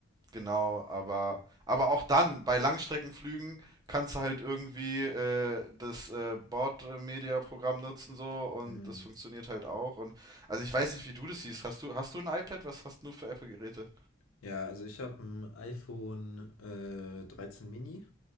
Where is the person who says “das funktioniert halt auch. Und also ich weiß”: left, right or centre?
Right